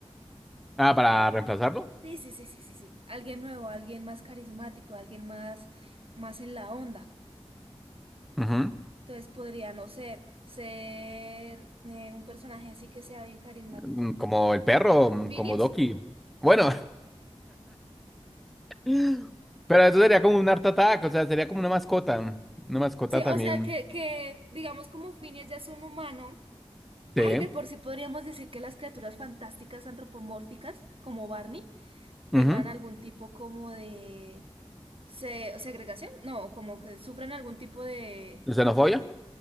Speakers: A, in the centre; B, on the right.
A: Ah, ¿para reemplazarlo?
B: Sí, sí, sí, sí, sí, sí. Alguien nuevo, alguien más carismático, alguien más, más en la onda.
A: Ujú.
B: Entonces podría no ser, ser eh, un personaje así que sea bien carismático.
A: Mm, Como el perro, mm,
B: ¿Phineas?
A: como Doki. Bueno, <laughs> pero eso sería como un Art Attack, o sea, sería como una mascota. Una mascota
B: Sí, o
A: también.
B: sea que, que digamos como Phineas ya es un humano. Ay,
A: Sí.
B: de por sí podríamos decir que las criaturas fantásticas antropomórficas, como Barney, tengan
A: ujú.
B: algún tipo como de se segregación, no, como que sufren algún tipo de
A: ¿Y ¿Xenofobia?